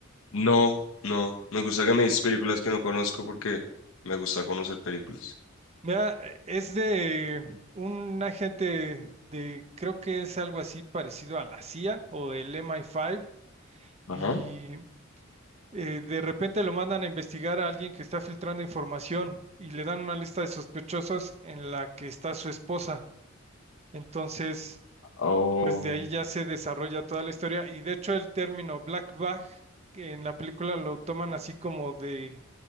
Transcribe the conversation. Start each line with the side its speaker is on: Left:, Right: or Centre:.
Left: No, no. Me gusta que me dices películas que no conozco porque me gusta conocer películas.
Right: Mira, es de un agente de, creo que es algo así parecido a la CIA o el MI5,
Left: Ajá.
Right: y eh, de repente lo mandan a investigar a alguien que está filtrando información y le dan una lista de sospechosos en la que está su esposa. Entonces
Left: Oh,
Right: pues de ahí ya se desarrolla toda la historia y de hecho el término black bag que en la película lo toman así como de